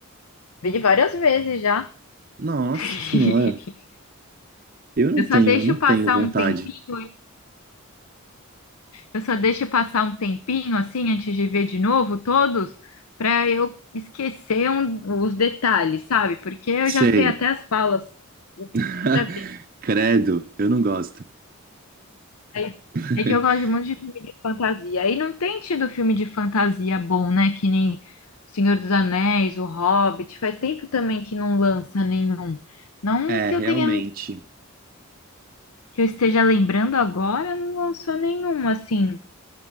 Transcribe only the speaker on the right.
Nossa
senhora! Eu não
tenho,
eu não
tenho vontade.
Sei.
<laughs>
Credo, eu não gosto.
<laughs>
É,
realmente.